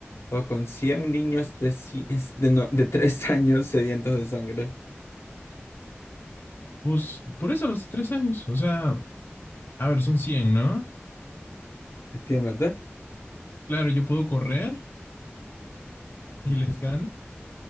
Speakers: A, on the left; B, on the left.
A: o con 100 niños de, ci- es- de, no- de 3 <laughs> años sedientos de sangre?
B: Pues por eso los de 3 años, o sea, a ver, son cien ¿no?
A: Efectivamente,
B: Claro, yo puedo correr y les gano